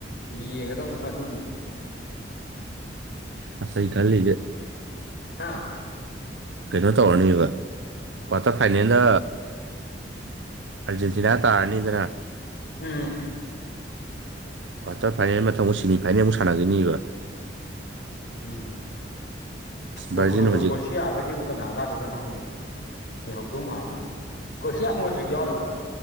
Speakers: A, on the left (about 60°); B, on the right (about 75°).
A: ꯌꯦꯡꯒꯗꯧ ꯑꯗꯨꯝꯗꯤ
B: ꯑꯁ ꯑꯩ ꯈꯜꯂꯤꯒꯦ
A: ꯍꯥꯥ
B: ꯀꯩꯅꯣ ꯇꯧꯔꯅꯤꯕ ꯀ꯭ꯋꯥꯇꯔ ꯐꯥꯏꯅꯦꯜꯗ ꯑꯔꯖꯦꯟꯇꯤꯅꯥ ꯇꯥꯔꯅꯤꯗꯅ
A: ꯎꯝ
B: ꯀ꯭ꯋꯥꯔꯇꯔ ꯐꯥꯏꯅꯦꯜ ꯃꯇꯝꯊꯪ ꯑꯃꯨꯛ ꯁꯤꯦꯃꯤ ꯐꯥꯏꯅꯦꯜꯃꯨꯛ ꯁꯥꯟꯅꯒꯅꯤꯕ
A: ꯎꯝ ꯄꯣꯇꯨꯒꯜꯒ
B: ꯚꯔꯖꯤꯟ ꯍꯧꯖꯤꯛ
A: ꯀꯣꯁꯤ ꯌꯥꯑꯒꯁꯤꯕꯨ ꯀꯅꯥ ꯀꯥꯗꯣꯏꯖ ꯈꯪꯗꯦꯅꯦ ꯂꯩꯩꯍꯧꯗꯧ ꯃꯥꯜꯂꯤꯅꯤꯅꯦ ꯀꯣꯏꯁꯤ ꯌꯥꯝ ꯃꯗ꯭ꯔꯤꯛ ꯌꯥꯎꯔꯤꯕ